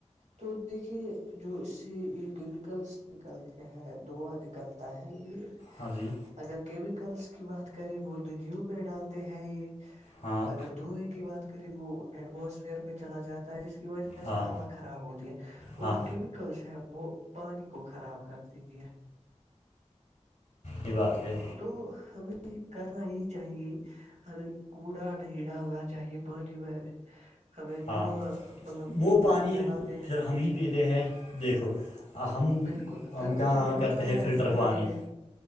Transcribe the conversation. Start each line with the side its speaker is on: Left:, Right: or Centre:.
Right: تو دیکھیے جو اس سے یہ کیمیکلس نکلتے ہیں دوا نکل <inaudible>
Left: ہاں جی
Right: اگر کیمیکلس کی بات کریں وہ ندیوں میں ڈالتے ہیں یہ
Left: ہاں
Right: اگر دھئےیں کی بات کریں وہ ایٹموسفیئر بھی چلا جاتا ہے جس کی وجہ سے جیسے
Left: ہاں
Right: ہوا خراب ہوتی ہے اور
Left: ہاں
Right: جو کیمیکلس ہیں وہ پانی کو خراب کر دیتی ہے
Left: یہ بات ہے
Right: تو ہمیں کرنا یہ چاہیے ہمیں کوڑا نہیں ڈالنا چاہیے پانی میں ہمیں
Left: ہاں
Right: دھواں مطلب
Left: وہ
Right: جو
Left: پانی
Right: جلاتے ہیں
Left: پھر ہم
Right: کچھ
Left: ہی پیتے ہیں دیکھو ہم
Right: بالکل
Left: ہم
Right: پھر اس
Left: کا
Right: سے بیماریاں
Left: کرتے ہیں فلٹر
Right: ہی
Left: پانی
Right: اٹھتی ہے